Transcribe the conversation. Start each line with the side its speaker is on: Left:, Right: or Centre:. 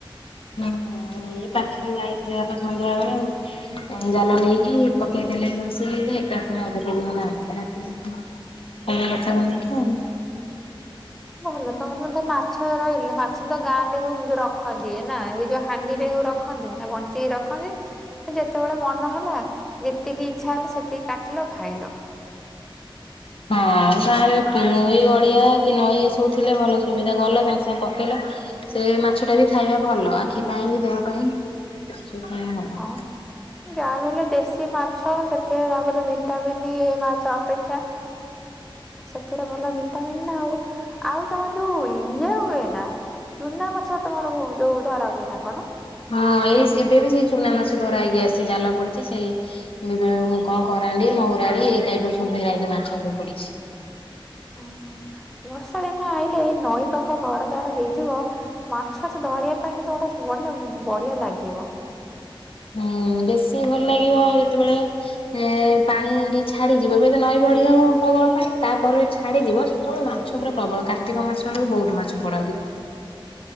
Left: ହ ହୁଁ ପାଖେ ଯାଇଥିଲେ ଆପ ସନ୍ଧ୍ୟା ବେଳେ ଆଉ ଜାଲ ନେଇକି ପକେଇ ଦେଲେ ସେ ଏକାଥରେ ଆଉ ପଛକୁ ନାହାନ୍ତି। ହଁ କଥା ବନେଇକି ଆଉ
Centre: ଭଲ ତମର ମତେ ମାଛ ରହିଲେ ମାଛ ତ ଗାଁରେ ରହିଲେ ରଖନ୍ତି ନା ସେଇ ଯୋଉ ହାଣ୍ଡିରେ ରଖନ୍ତି ନି ନା ରଖନ୍ତି ଯେତେବେଳେ ମନ ହେଲା ଯେତିକି ଇଚ୍ଛା ହେଲା ସେତିକି କାଟିଲ ଖାଇଲ।
Left: ହଁ ଗାଁରେ ଏଇ ଗଡିଆ କି ନଈ ଏ ସବୁ ଥିଲେ ଭଲ ସୁବିଧା ଗଲ ସାଙ୍ଗେ ସାଙ୍ଗେ ପକେଇଲ ସେ ମାଛ ଟା ବି ଖାଇବା ଭଲ ଆଖି ପାଇଁ କି ଦେହ ପାଇଁ <unintelligible>
Centre: ହଁ ଯାହା ବି ହେଲେ ଦେଶୀ ମାଛ ସେଥିରେ ଯାହା ବି ହେଲେ ଭିଟାମିିନ ଇ ଏ ମାଛ ଅପେକ୍ଷା ସେଥିରେ ଭଲ ଭିଟାମିନ ନା ଆଉ। ଆଉ ତମର ଯୋଉ ଇଏ ହୁଏ ନା, ଚୁନା ମାଛ ତମର ଯୋଉ ଧରା ହୁଏ ନା କଣ?
Left: ହଁ ଏଇ ଏବେ ବି ସେଇ ଚୁନା ମାଛ ଧରା ହେଇକି ଆସିଚି ଜାଲ ପଡିଛି, ସେଇ ମୁଁ କଣ କର କରାଣ୍ଡି, ମହୁରାଳି ଏଇ ଟାଇପ ର ସବୁ ଭେରାଇଟି ମାଛ ସବୁ ପଡିଚି।
Centre: ଉଁ ହୁଁ ବର୍ଷା ଦିନ ଆଇଲେ ଏ ନଈ ପାଖ ଘର ଯାହାର ହେଇଥିବ ମାଛ ଫାଛ ଧରିବା ପାଇଁ କିନ୍ତୁ ଗୋଟେ ମାନେ ବଢିଆ ଲାଗିବ।
Left: ହୁଁ ବେଶୀ ଭଲ ଲାଗିବ ଯେତେବେଳେ ଉଁ ପାଣି ଟିକେ ଛାଡିଯିବ ଏବେ ତ ନଈ ବଢି ହବ <unintelligible> ପାଇଁ ତାପରେ ଛାଡିଯିବ ସେତେବେଳେ ମାଛ ପୁରା ପ୍ରବଳ କାର୍ତ୍ତିକ ମାସ ଆଡ଼କୁ ବହୁତ ମାଛ ପଡନ୍ତି।